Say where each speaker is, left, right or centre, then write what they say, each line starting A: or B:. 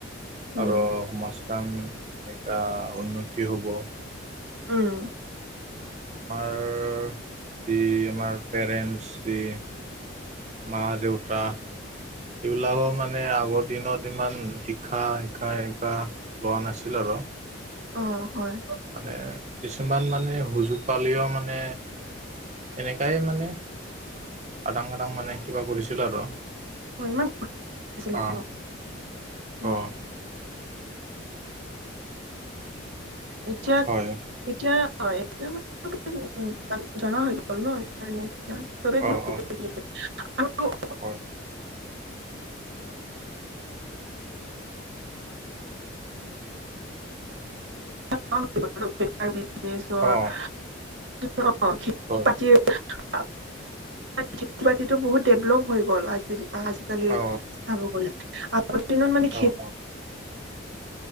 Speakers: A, on the right; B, on the right.
A: উম,
B: আৰু সমাজখন এনেকুৱা উন্নতি হ'ব।
A: উম।
B: আমাৰ যি আমাৰ পেৰেণ্টছ যি মা দেউতা এইবিলাকৰ মানে আগৰ দিনত ইমান শিক্ষা শিকা শিকা লোৱা নাছিল আৰু।
A: অ', হয়।
B: মানে কিছুমান মানে সুযোগ পালিও মানে এনেকাই মানে। আদাং আদাং মানে কিবা কৰিছিল আৰু।
A: <inaudible> আছিলে
B: অ',
A: ন? উম,
B: অ'।
A: এতিয়া
B: হয়
A: এতিয়া হয় এতিয়া <unintelligible>
B: অ অ
A: <inaudible>
B: হয়।
A: <inaudible>
B: অ হয়।
A: <unintelligible> খেতি বাতিটো বহুত ডেভলপ হৈ গ'ল আজি আজি। কালি
B: অ
A: চাব গ'লে আগৰ দিনত মানে খে
B: অ অ
A: <inaudible>